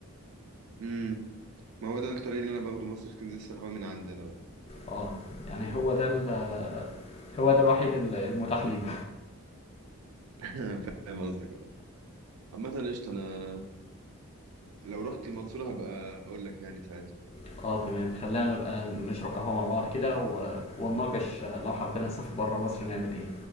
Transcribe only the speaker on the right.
امم ما هو ده الطريق اللي انا باخده مصر اسكندريه الصراحه من عندي انا بقى
<laughs> فاهم قصدك بقى عامه قشطه انا لو رحت المنصوره هبقى اقول لك يعني ساعتها